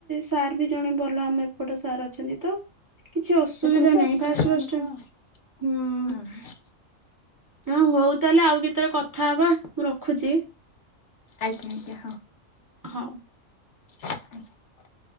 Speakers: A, on the right (about 30°); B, on the left (about 70°).
A: ସାର୍ ବି ଜଣେ ଭଲ ଆମ ଏପଟ ସାର୍ ଅଛନ୍ତି ତ? କିଛି ଅସୁବିଧା
B: ଏତେ କିଛି
A: ନାହିଁ
B: ଅସୁବିଧା
A: ଫାଷ୍ଟ
B: ହଉନଥିବ
A: ଫାଷ୍ଟ ଟା
B: ଆଉ।
A: ହଁ
B: ହୁଁ
A: ହଁ ହଉ ତାହେଲେ ଆଉ କେତେବେଳେ କଥା ହବା ମୁଁ ରଖୁଛି।
B: ଆଜ୍ଞା ଆଜ୍ଞା ହଁ।
A: ହଁ।
B: <inaudible>